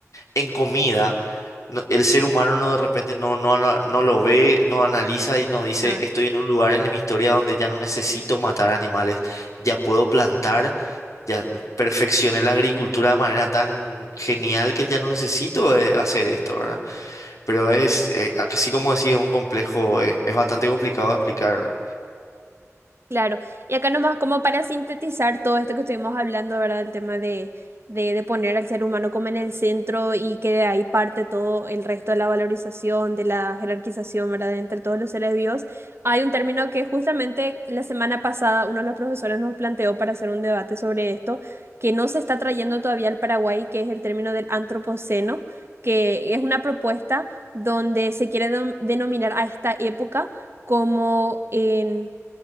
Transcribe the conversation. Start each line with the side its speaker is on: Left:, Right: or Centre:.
Left: en comida, no- el ser humano no de repente no, no, ana- no lo ve, no analiza y no dice,
Right: Claro.
Left: estoy en un lugar en mi historia donde ya no necesito matar animales, ya puedo plantar, ya perfeccioné la agricultura de manera tan genial que ya no necesito eh, hacer esto, ¿verdad? Pero es, eh, así como decía, es un complejo, es, es bastante complicado de explicar.
Right: Claro, y acá nomás como para sintetizar todo esto que estuvimos hablando, ¿verdad? El tema de, de, de poner al ser humano como en el centro y que de ahí parte todo el resto de la valorización, de la jerarquización, ¿verdad? Entre todos los seres vivos. Hay un término que justamente la semana pasada uno de los profesores nos planteó para hacer un debate sobre esto, que no se está trayendo todavía al Paraguay, que es el término del antropoceno, que es una propuesta donde se quiere dom- denominar a esta época como en